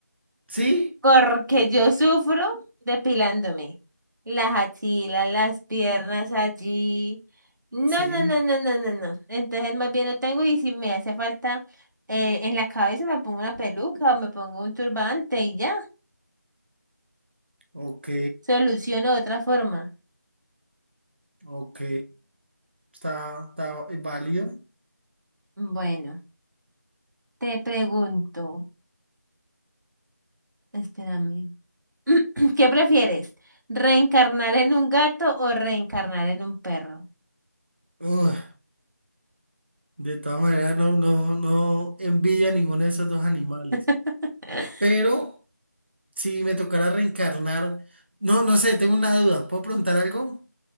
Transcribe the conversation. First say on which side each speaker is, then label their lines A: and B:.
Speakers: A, on the right; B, on the right.
A: ¿Sí?
B: Porque yo sufro depilándome. Las axilas, las piernas allí. No,
A: Sí.
B: no, no, no, no, no, no. Entonces más bien lo tengo y si me hace falta eh, en la cabeza me pongo una peluca o me pongo un turbante y ya.
A: Ok,
B: Soluciono de otra forma.
A: ok. Está, está válido.
B: Bueno, te pregunto. Espérame. <clears throat> ¿Qué prefieres? ¿Reencarnar en un gato o reencarnar en un perro?
A: Ugh, de todas maneras, no, no, no envidio a ninguno de esos dos animales.
B: <laughs>
A: Pero si me tocara reencarnar, no, no sé, tengo una duda. ¿Puedo preguntar algo?